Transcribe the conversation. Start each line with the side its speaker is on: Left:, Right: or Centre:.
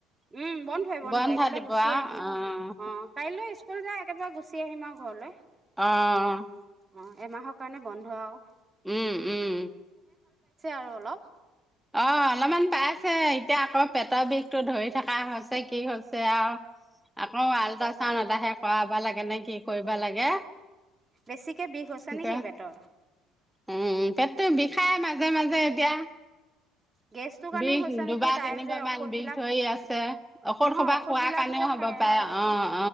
Right: উম বন্ধই বন্ধই
Centre: বন্ধ
Right: একেবা
Centre: দিব
Right: গুচি
Centre: অ',
Right: আহিম আৰু অ' কাইলৈ স্কুল যায় একেবাৰে গুচি আহিম আৰু ঘৰলৈ।
Centre: অ'
Right: অ ' এমাহৰ কাৰণে বন্ধ আউ
Centre: উম উম
Right: আৰু অলপ
Centre: অ' অলমান পাইছে এতিয়া আকৌ পেটৰ বিষটো ধৰি থকা হৈছে কি হৈছে আউ
Right: <inaudible>
Centre: আকৌ আল্ট্ৰা ছাউণ্ড এটাহে কৰাব লাগে নে কি কৰিব লাগে।
Right: বেছিকে বিষ হৈছে
Centre: এতিয়া
Right: নেকি পেটৰ।
Centre: উম উম পেটটো বিষাই মাজে মাজে এতিয়া।
Right: গেছটোৰ কাৰণে
Centre: বিষ
Right: হৈছে
Centre: দুবাৰ
Right: নেকি তাই
Centre: তিনিবাৰ
Right: যে ঔষধবিলাক,
Centre: মান বিষ ধৰি আছে ঔষধ
Right: নহয়
Centre: সোপা
Right: ঔষধবিলাক
Centre: খোৱাৰ কাৰণেও
Right: যে
Centre: হ'ব
Right: খাই
Centre: পাৰে
Right: আছে,
Centre: অ',